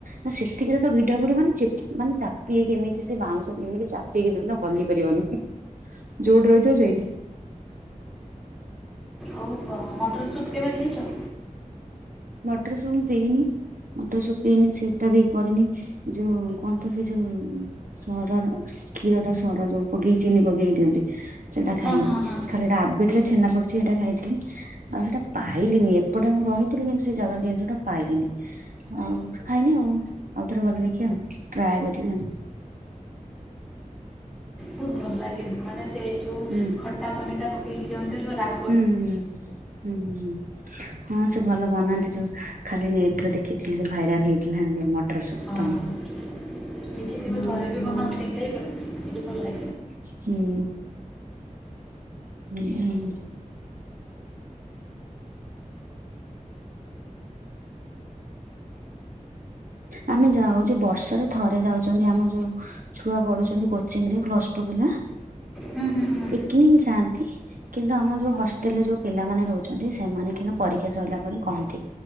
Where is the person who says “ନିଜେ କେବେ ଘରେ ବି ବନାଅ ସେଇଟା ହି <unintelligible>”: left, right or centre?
Centre